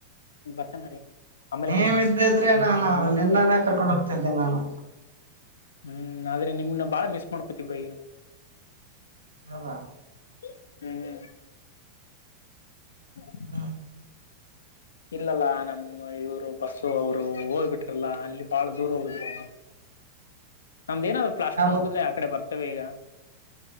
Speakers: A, on the left; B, on the right.
A: ಬರ್ತೇನ ನಡಿ. ಆಮೇಲೆ
B: ನೀವ್
A: ಬರ್ತೇನ್
B: ಇದ್ದಿದ್ರೆ ನಾನ್
A: ಹೌದ
B: ನಿನ್ನನೇ
A: ಕರೆ
B: ಕರ್ಕೊಂಡ್ ಹೋಗ್ತಿದ್ದೆ ನಾನು.
A: ಹ್ಮ್ ಆದ್ರೆ ನಿಮ್ನ ಬಾಳ ಮಿಸ್ ಮಾಡ್ಕೊತಿನ್ ಬಯ್
B: ಹೌದಾ
A: ಹ್ಮ್ ಹ್ಮ್ ಹ್ಮ
B: <unintelligible>
A: ಇಲ್ಲಲ್ಲ ನಮ್ಮ್ ಇವ್ರು ಬಸ್ಸು ಅವ್ರು ಹೋಗ್ಬಿಟ್ರಲ್ಲ ಅಲ್ಲಿ ಬಾಳ ದೂರ ಹುಳಿದ್ರು
B: <inaudible>
A: ನಮ್ದ ಏನಾದ್ರರು ಪ್ಲಾಸ್ಟ್ರರ್
B: ಯಾವ
A: ಮುಗಿದ್ರೆ ಆ ಕಡೆ ಬರ್ತೇವೆ ಈಗ.